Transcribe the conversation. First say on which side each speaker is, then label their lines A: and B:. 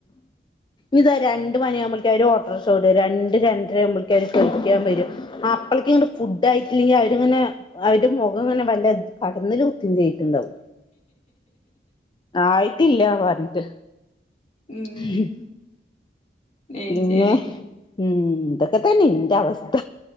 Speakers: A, on the left (about 25°); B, on the left (about 40°).
A: ഇതാരാ രണ്ട് മണിയാകുമ്പോ ഓട്ടോ റിക്ഷ വിടും രണ്ട് രണ്ടര ആകുമ്പോ വിളിക്കാൻ വരും ആ അപ്പളേക്ക ഇങ്ങ ഫുഡ് ആയിട്ടില്ലെങ്കിൽ അവരിങ്ങനെ അവരുടെ മുഖം ഇങ്ങനെ വല്ല കടന്നില് കുത്തിയുംചും ണ്ടോ ആയിട്ടില്ല പറഞ്ഞിട്ട്.
B: ഉം
A: മം
B: അയ്
A: പിന്നെ
B: ശരി
A: ഉം ഇതൊക്കെ തന്നെ ഇന്റെ അവസ്ഥ.